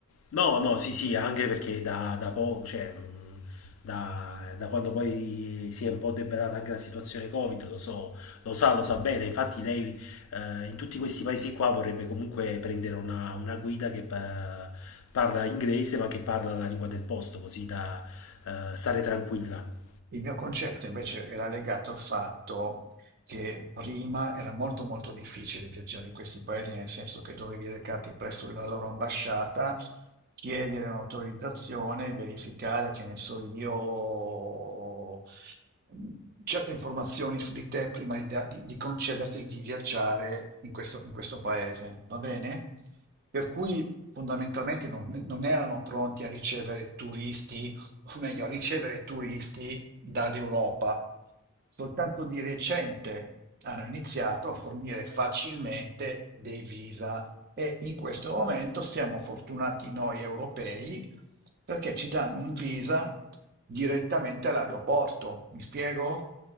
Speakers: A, on the left; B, on the right.
A: No, no, sì, sì, anche perché da, da poco, cioè, mh, da, da quando poi si è un po' debellata anche la situazione Covid, lo so, lo sa, lo sa bene. Infatti lei eh, in tutti questi paesi qua vorrebbe comunque prendere una, una guida che pa- parla inglese ma che parla la lingua del posto, così da eh, stare tranquilla.
B: Il mio concetto invece era legato al fatto che prima era molto molto difficile viaggiare in questi paesi, nel senso che dovevi recarti presso la loro ambasciata, chiedere un'autorizzazione, verificare che ne so io mh, certe informazioni su di te prima di, da- di- di concederti di viaggiare in questo, in questo paese, va bene? Per cui fondamentalmente non non erano pronti a ricevere turisti o meglio, a ricevere turisti dall'Europa. Soltanto di recente hanno iniziato a fornire facilmente dei visa e in questo momento siamo fortunati noi europei perché ci danno un visa direttamente all'aeroporto. Mi spiego?